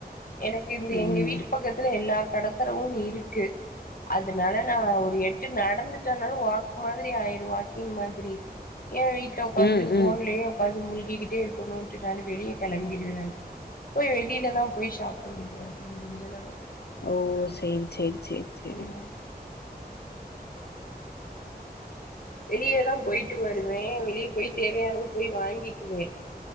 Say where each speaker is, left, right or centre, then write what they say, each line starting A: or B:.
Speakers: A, on the left; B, on the left.
A: எனக்கு இந்த
B: ம்
A: எங்க வீட்டு பக்கத்துல எல்லா கடத்தறவும் இருக்கு அதுனால நா ஒரு எட்டு நடந்துட்டனாலு வாக் மாதிரி ஆயிரு வாக்கிங் மாதிரி ஏன் வீட்ல உக்காந்துடு
B: ம்
A: ஃபோன்லயே
B: ம்
A: உக்காந்து முல் கி கிட்டு க்கனுன்ட்டு நானு வெளிய கெளம்பிருவ நானு போய் வெளியில தா போய் ஷாப் பண்ணீட்டு வருவ முடிஞ்சளவு
B: ஓ சேரி சேரி சேரி சேரி
A: ம் வெளியதா போய்ட்டு வருவேன் வெளிய போய் தேவையானது போய் வாங்கிக்குவே